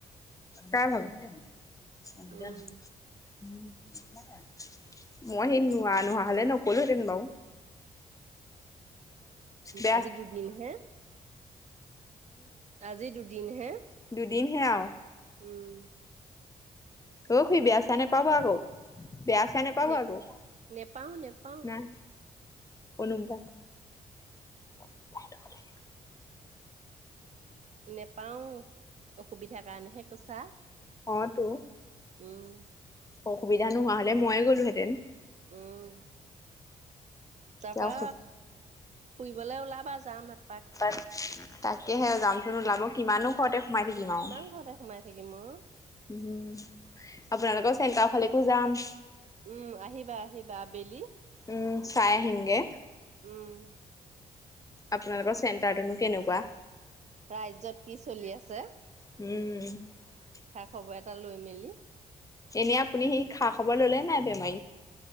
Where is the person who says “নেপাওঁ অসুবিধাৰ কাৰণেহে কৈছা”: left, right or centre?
Right